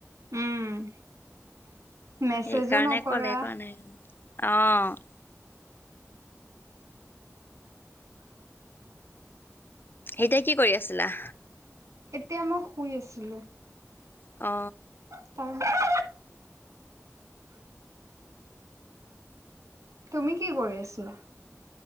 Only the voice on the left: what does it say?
সেইকাৰণে
<inaudible> অ এতিয়া কি কৰি আছিলা
অ